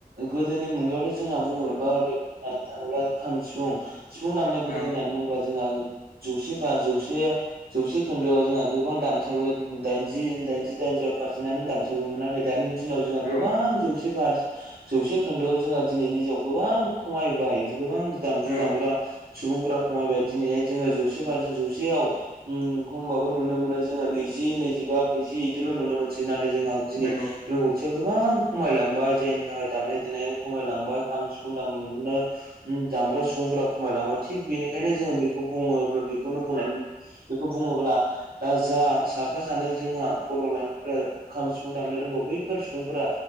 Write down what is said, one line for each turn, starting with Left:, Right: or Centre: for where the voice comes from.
Right: गोदोनि मुगायावथ' जोंहा बुङोमोनबा हरै बुंनानै थाङोब्ला खाम सिफुं सिफुं दामनायखौनो
Left: औ
Right: होननानै बुङोब्ला जोंहा जौसे बा जौसे जौसे खोन्दोआव जोंहा गोबां दाम साबोन दाइनजि दाइनजिबा पारसेन्टनो दामसाबोन नाथाय दानि दिनाव
Left: औ
Right: जोंहा गोबां जौसे बार जौसे खोन्दोआव जोंहा दिनैनि दिनाव गोबां खमायबाय गोबां दामजु
Left: औ
Right: दामग्रा सुबुंफोरा खमायबाय दिनैहाय जोङो जौसे बारसे जौसेयाव उम खमबाबो नुनो मोनो जोङो नै नैजिबा ब्रैजि बिदिल' नुनो मोनसै नाथाय जोंहा दिनै
Left: नंगौ
Right: रोंगथिया गोबां खमायलां बाय जायनि थाखाय दामनाय देनाय खमायलांबाय खाम सिफुं दामनो उम दामग्रा सुबुंफोरा खमाय लांबाय थिग बेनिखायनो जोङो बेखौ बुङोब्ला बेखौनो बुंनानै बेखौ बुङोब्ला दा जा साफा सानै जोंहा बर' लाइमोनफोरा खाम सिफुं दामनो रोंगौ बैफोर सुबुंफोरा